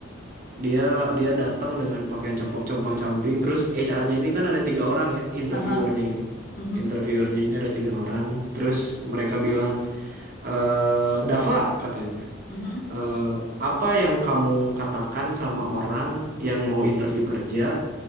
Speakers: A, on the right; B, on the left.
A: dia dia datang dengan pakaian compang-camping terus HR-nya ini kan ada tiga orang ya interviewernya
B: Aha.
A: ini
B: Mhm.
A: interviewernya ini ada tiga orang terus mereka bilang eh Dava katanya
B: Mhm.
A: eh, apa yang kamu katakan sama orang yang mau interview kerja